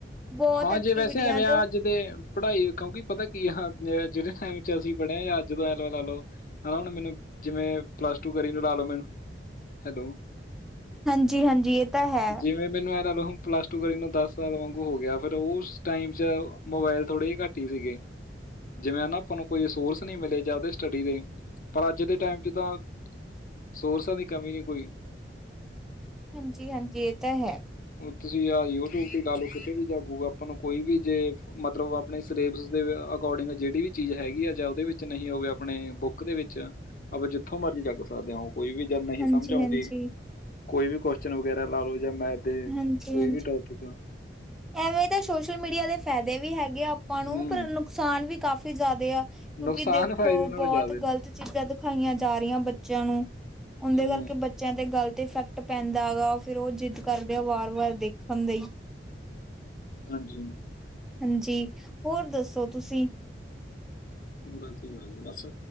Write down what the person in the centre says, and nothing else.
ਬਹੁਤ
ਐਕਟੀਵਿਟੀਆਂ
ਜੋ
ਹਾਂਜੀ, ਹਾਂਜੀ ਇਹ ਤਾਂ ਹੈ।
ਹਾਂਜੀ-ਹਾਂਜੀ, ਇਹ ਤਾਂ ਹੈ।
ਹਾਂਜੀ,
ਹਾਂਜੀ, ਹਾਂਜੀ,
ਹਾਂਜੀ।
ਐਵੇਂ ਤਾਂ ਸੋਸ਼ਲ ਮੀਡੀਆ ਦੇ ਫਾਇਦੇ ਵੀ ਹੈ। ਗੇ ਆਪਾਂ
ਨੂੰ ਪਰ ਨੁਕਸਾਨ ਵੀ ਕਾਫ਼ੀ ਜ਼ਿਆਦੇ ਆ ਕਿਉਂਕਿ
ਦੇਖੋ
ਬਹੁਤ
ਗ਼ਲਤ ਚੀਜ਼ਾਂ ਦਿਖਾਈਆਂ ਜਾ ਰਹੀਆਂ ਬੱਚਿਆਂ ਨੂੰ ਉਹਦੇ
ਕਰਕੇ ਬੱਚਿਆਂ ਤੇ ਗਲਤ ਤੇ ਇਫੈਕਟ ਪੈਂਦਾ ਹੈਗਾ, ਫੇਰ ਉਹ ਜਿੱਦ ਕਰਦੇ ਆ ਵਾਰ-ਵਾਰ ਦੇਖਣ ਲਈ।
ਹਾਂਜੀ, ਹੋਰ ਦੱਸੋ ਤੁਸੀਂ?